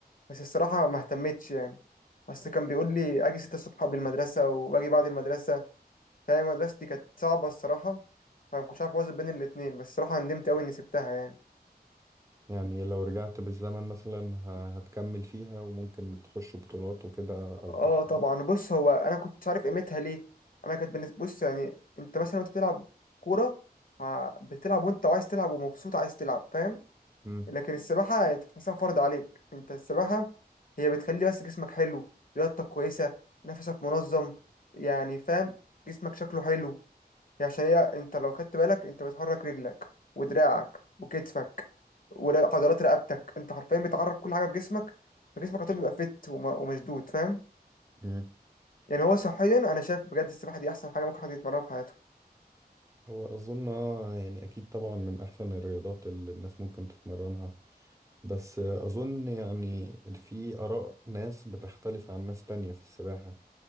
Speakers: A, on the left (about 60°); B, on the right (about 20°).
A: بس الصراحة ما اهتمتش يعني أصل كان بيقول لي أجي 6 الصبح قبل المدرسة وباجي بعد المدرسة فاهم مدرستي كانت صعبة الصراحة فما كنتش عارف أوازن بين الاتنين بس الصراحة ندمت أوي إني سبتها يعني
B: يعني لو رجعت بالزمن مثلا ه- هتكمل فيها وممكن تخش بطولات وكده او
A: أه
B: تحت
A: طبعا بص هو أنا كنتش عارف قيمتها ليه أنا كانت بالنسبة بص يعني أنت مثلا وأنت بتلعب كورة ع- بتلعب وأنت عايز تلعب ومبسوط عايز تلعب فاهم
B: مم.
A: لكن السباحة انت بتحسها فرض عليك انت السباحة هي بتخلي بس جسمك حلو رياضتك كويسة نفسك منظم يعني فاهم جسمك شكله حلو هي عشان هي انت لو خدت بالك انت بتحرك رجلك ودراعك وكتفك وعضلات رقبتك انت حرفيا بتحرك كل حاجة في جسمك فجسمك هتبقى بيبقى فت وم- ومشدود فاهم
B: مم.
A: يعني هو صحيا انا شايف بجد السباحة دي احسن حاجة ممكن حد يتمرنها في حياته
B: هو اظن آه، يعني اكيد طبعا من احسن الرياضات اللي الناس ممكن تتمرنها بس آه، اظن يعني في اراء ناس بتختلف عن ناس تانية في السباحة